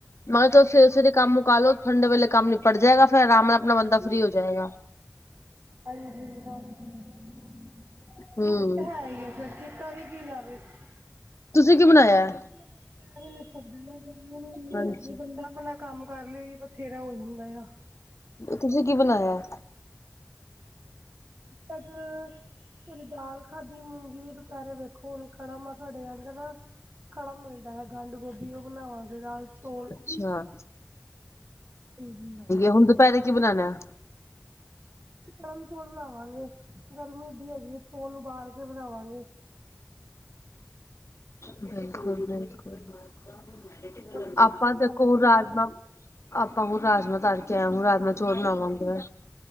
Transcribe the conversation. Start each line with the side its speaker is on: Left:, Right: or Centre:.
Left: ਮੈਂ ਕਿਹਾ ਚਲੋ, ਸਵੇਰੇ-ਸਵੇਰੇ ਕੰਮ ਮੁਕਾਲੋ। ਠੰਡੇ ਵੇਲੇ ਕੰਮ ਨਿਪਟ ਜਾਏਗਾ। ਫਿਰ ਆਰਾਮ ਨਾਲ ਆਪਣਾ ਬੰਦਾ ਫ੍ਰਰੀ ਹੋ ਜਾਏਗਾ।
Right: ਹਾਂਜੀ-ਹਾਂਜੀ।
Left: ਹਮ
Right: ਉਹ ਤੇ ਹੈ ਈ ਐ ਫਿਰ। ਕੀਤਾ ਵੀ ਕੀ ਜਾਵੇ। <unintelligible>
Left: ਤੁਸੀਂ ਕੀ ਬਣਾਇਆ
Right: ਸਬਜ਼ੀ ਲੈਕੇ ਆਈ
Left: ਹਾਂਜੀ
Right: ਆ <unintelligible> ਕੰਮ ਕਰ ਲੇ, ਇਹੀ ਬਥੇਰਾ ਹੋ ਜਾਂਦਾ ਆ।
Left: ਤੁਸੀਂ ਕੀ ਬਣਾਇਆ?
Right: ਤਾਂ ਅਸ, ਫਿਰ ਦਾਲ ਖਾਦੀ ਮੂੰਗੀ ਦੁਪਹਿਰੇ ਵੇਖੋ ਹੁਣ ਕੜਮ ਆ ਸਾਡੇ ਆਂਦੇ ਰਾ ਖੜਮ ਮਿਲਦਾ ਹੈ। ਗੰਢ-ਗੋਭੀ, ਉਹ ਬਣਾਵਾਂਗੇ। ਦਾਲ ਚੋਲ
Left: ਹਾਂ।
Right: ਹਾਂਜੀ।
Left: ਹੁਣ ਦੁਪਹਿਰੇ ਕੀ ਬਣਾਣੈ
Right: ਗਰਮ ਚੌਲ ਬਣਾਵਾਂਗੇ ਗਰਮੀ ਏਡੀ ਹੈਗੀ ਏ ਚੌਲ ਉਬਾਲ ਕੇ ਬਣਾਵਾਂਗੇ
Left: ਬਿਲਕੁਲ- ਬਿਲਕੁਲ <unintelligible>
Right: ਹੋਰ ਤੁਸੀਂ
Left: ਆਪਾਂ
Right: ਕੀ ਬਣਾਉਂਦੇ
Left: ਦੇਖੋ
Right: ਰਾਜਮਾਂਹ
Left: ਰਾਜਾਮਾ ਆਪਾਂ ਹੁਣ ਰਾਜਮਾਂ ਤਰ ਕੇ ਆਏ ਹੁਣ ਰਾਜਮਾਂ ਚੋਲ ਬਣਾਵਾਂਗੇ